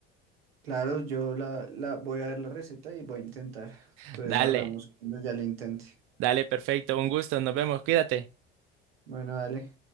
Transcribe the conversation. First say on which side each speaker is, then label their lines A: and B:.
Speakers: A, on the right; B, on the right.
A: Claro, yo la, la voy a ver la receta y voy a intentar.
B: <laughs>
A: Entonces
B: Dale,
A: hablamos cuando ya la intente.
B: dale, perfecto. Un gusto. Nos vemos. Cuídate.
A: Bueno, dale.